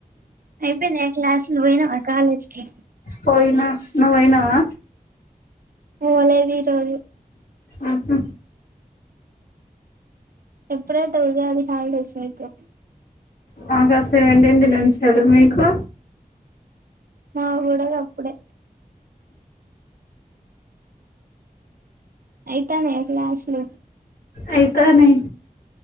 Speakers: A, on the right; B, on the left.
A: అయిపోయినాయ క్లాస్లు పోయినాయ కాలేజీ కి
B: పోయినా నువ్వు పోయినవా
A: ఓ ఇవ్వలేదు ఈరోజు
B: ఆహా
A: ఎప్పుడట ఇయ్యాల హాలిడేస్ మీకు
B: మాక సెవెంటీత్ నుంచి ఇచ్చారు మీకు
A: మాకూడా గప్పుడే అయితానాయ క్లాసులు
B: అయితాయని